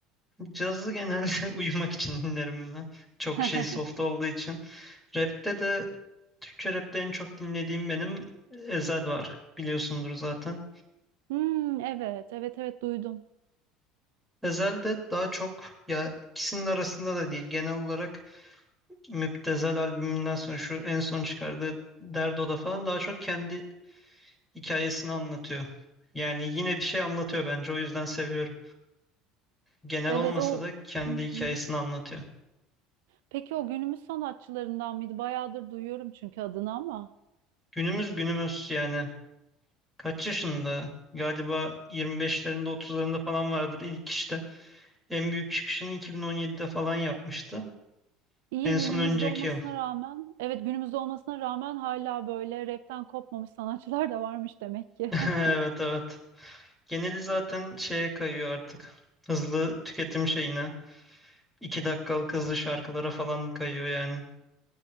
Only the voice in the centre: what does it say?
cazı genelde <laughs> uyumak için dinlerim ben çok
şey soft olduğu için rapte de Türkçe rapte en çok dinlediğim benim Ezel var biliyorsundur zaten
Ezel de daha çok ya ikisinin arasında da değil genel olarak Müptezel albümünden sonra şu en son çıkardığı Derdo'da falan daha çok kendi hikayesini anlatıyor. Yani yine bir şey anlatıyor bence o yüzden seviyorum. Genel
olmasa
da kendi
hikayesini anlatıyor.
Günümüz günümüz yani kaç yaşında? Galiba 25'lerinde 30'larında falan vardır ilk işte. En büyük çıkışını 2017'de falan yapmıştı.
En
son önceki
yıl.
<laughs> Evet
evet. Geneli zaten şeye kayıyor artık. Hızlı tüketim şeyine. 2 dakikalık hızlı şarkılara falan kayıyor yani.